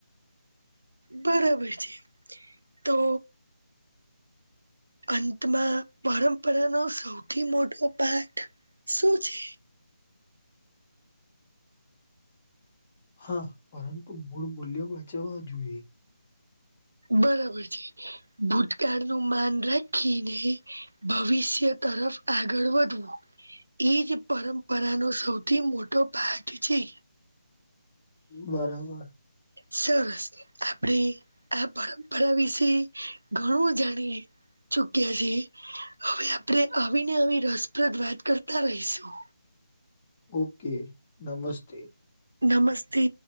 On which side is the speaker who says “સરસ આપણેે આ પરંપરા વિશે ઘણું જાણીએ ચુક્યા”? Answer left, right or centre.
Right